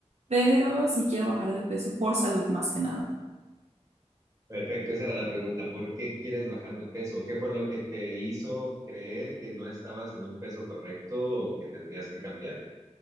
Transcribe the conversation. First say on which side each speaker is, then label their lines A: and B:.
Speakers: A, on the right (about 65°); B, on the right (about 30°).
A: pero sí quiero bajar de peso por salud más que nada.
B: Perfecto, esa era la pregunta. ¿Por qué quieres bajar de peso? ¿Qué fue lo que te hizo creer que no estabas en un peso correcto o que tendrías que cambiar?